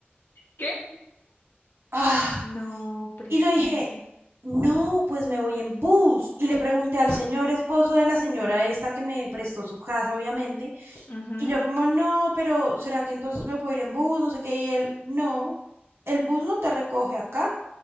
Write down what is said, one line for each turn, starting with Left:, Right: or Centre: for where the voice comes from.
Left: ¿Qué?
Right: Ah,
Left: No preciso.
Right: y yo dije, no, pues me voy en bus. Y le pregunté al señor esposo de la señora esta que me prestó su casa, obviamente.
Left: Ujú.
Right: Y yo como, no, pero ¿será que entonces me puedo ir en bus? No sé qué. Y él, no, el bus no te recoge acá.